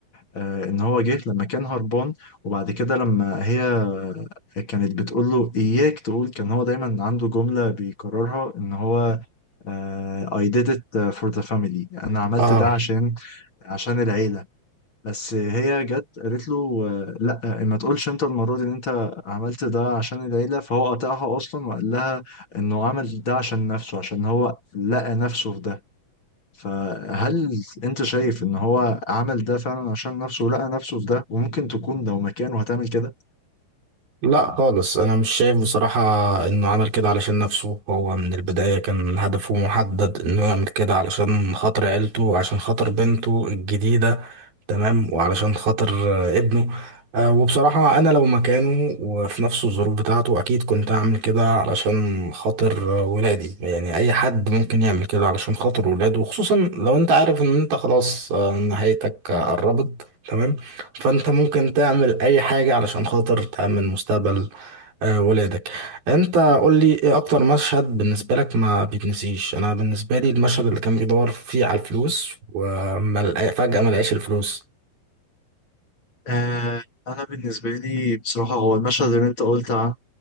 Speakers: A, on the left (about 35°); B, on the right (about 85°).
A: آه ان هو جه لما كان هربان وبعد كده لما هي كانت بتقول له اياك تقول كان هو دايما عنده جملة بيكررها ان هو آه I did it آه، for the family انا عملت
B: اه
A: ده عشان عشان العيلة بس هي جت قالت له آه، لا ما تقولش انت المره دي ان انت عملت ده عشان العيله فهو قطعها اصلا وقال لها انه عمل ده عشان نفسه عشان هو لقى نفسه في ده فهل انت شايف ان هو عمل ده فعلا عشان نفسه ولقى نفسه في ده وممكن تكون لو مكانه هتعمل كده
B: لا خالص انا مش شايف بصراحة انه عمل كده علشان نفسه هو من البداية كان هدفه محدد انه يعمل كده علشان خاطر عيلته عشان خاطر بنته الجديدة تمام وعلشان خاطر آه، ابنه آه، وبصراحة أنا لو مكانه وفي نفس الظروف بتاعته أكيد كنت أعمل كده علشان خاطر آه، ولادي يعني أي حد ممكن يعمل كده علشان خاطر ولاده وخصوصا لو أنت عارف إن أنت خلاص آه، نهايتك آه، قربت تمام فأنت ممكن تعمل أي حاجة علشان خاطر تأمن مستقبل آه، ولادك أنت قول لي إيه أكتر مشهد بالنسبة لك ما بيتنسيش أنا بالنسبة لي المشهد اللي كان بيدور فيه على الفلوس وفجأة ما لقاش الفلوس
A: آه انا بالنسبه لي بصراحه هو المشهد اللي انت قلت عنه